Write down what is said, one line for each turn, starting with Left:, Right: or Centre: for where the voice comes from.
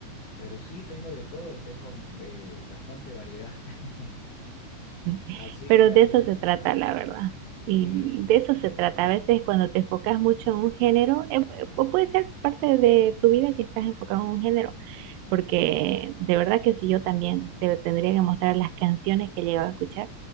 Left: Pero sí, tengo de todo, tengo eh, bastante variedad. <laughs>
Right: <laughs>
Left: Así
Right: pero
Left: que
Right: de
Left: a ver,
Right: eso se trata,
Left: ah,
Right: la verdad.
Left: sí,
Right: Y
Left: sí,
Right: de eso
Left: sí,
Right: se trata. A veces cuando te enfocas mucho en un género, eh, pu- o puede ser parte de tu vida que estás enfocado en un género, porque de verdad que si yo también te tendría que mostrar las canciones que llegaba a escuchar,